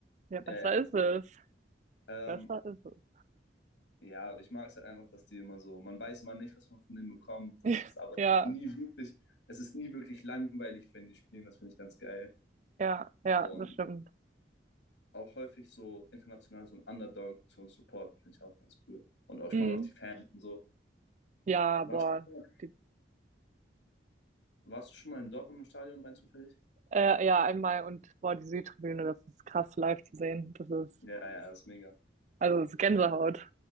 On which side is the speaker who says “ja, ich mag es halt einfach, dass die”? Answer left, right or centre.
Left